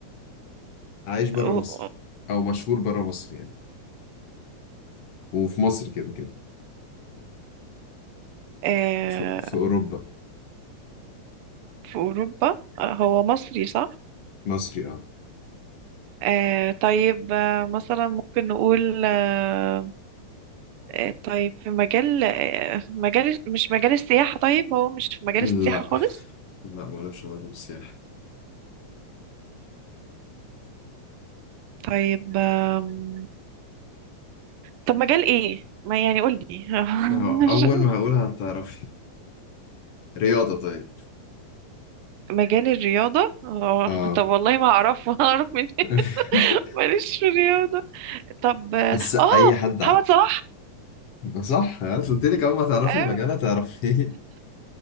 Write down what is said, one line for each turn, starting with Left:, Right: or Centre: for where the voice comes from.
Left: عايش بره
Right: و...
Left: مصر
Right: و-
Left: او مشهور بره مصر يعني وفي مصر كده كده
Right: آه،
Left: في... في اوروبا
Right: في أوروبا آه، هو مصري صح؟
Left: مصري اه
Right: آه، طيب آه، مثلا ممكن نقول آه، آه، طيب في مجال آه، مجال مش مجال السياحة طيب هو مش في مجال
Left: لا
Right: السياحة خالص
Left: لا مالوش علاقه بالسياحه
Right: طيب آم، طب مجال ايه؟ ما يعني قول لي <laughs>
Left: ما هو أول
Right: مش-
Left: ما أقولها هتعرفي رياضة طيب
Right: مجال الرياضة آه،
Left: اه
Right: طب والله ما أعرف ما أعرف منين <laughs>
Left: <laughs>
Right: ماليش في الرياضة طب
Left: بس
Right: اه
Left: أي حد
Right: محمد
Left: عارف.
Right: صلاح
Left: صح أنا قلت لك أول ما تعرفي
Right: ايوه
Left: المجال هتعرفيه <laughs>